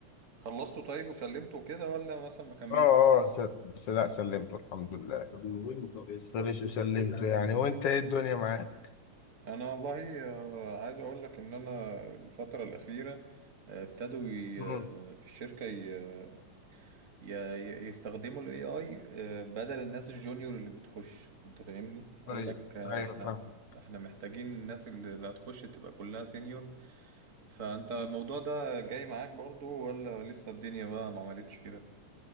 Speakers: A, on the right; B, on the left.
A: خلصته طيب وسلمته كده ولا مثلا ما كملتش
B: اه اه سل... سل- لا سلمته الحمد لله خلص وسلمته يعني وانت ايه الدنيا معاك؟
A: انا والله آه، عايز اقول لك ان انا الفتره الاخيره آه، ابتدوا ي-
B: مم.
A: آه، في الشركه ي- ي- ي- يستخدموا الاي اي بدل الناس الجونيور اللي بتخش انت فاهمني
B: طيب
A: قال لك آه،
B: ايوه
A: احنا
B: فاهم
A: احنا محتاجين الناس اللي اللي هتخش تبقى كلها سينيور فانت الموضوع ده جاي معاك برضو ولا لسه الدنيا بقى ما عملتش كده